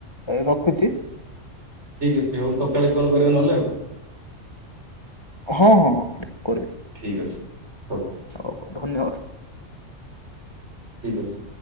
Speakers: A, on the left; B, on the right.
A: ରଖୁଛି।
B: ଠିକ ଅଛି ହଉ ସକାଳେ କଲ କରିବା ନହେଲେ ଆଉ।
A: ହଁ ହଁ ହଁ କର।
B: ଠିକ ଅଛି ହ।
A: ହଉ ହଉ ଧନ୍ୟବାଦ।
B: ଠିକ୍ ଅଛି।